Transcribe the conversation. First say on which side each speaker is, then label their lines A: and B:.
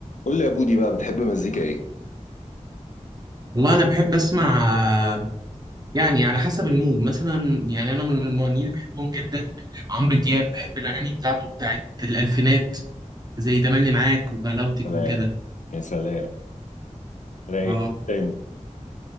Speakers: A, on the left (about 75°); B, on the right (about 30°).
A: قول لي يا بودي بقى بتحب مزيكا ايه؟
B: والله انا بحب اسمع آه، يعني على حسب المود مثلا يعني انا من المغنيين اللي بحبهم جدا عمرو دياب بحب الاغاني بتاعته بتاعت الالفينات زي تملي معاك وبلاوتك
A: سلام
B: وكده
A: يا سلام رايق
B: اه
A: تاني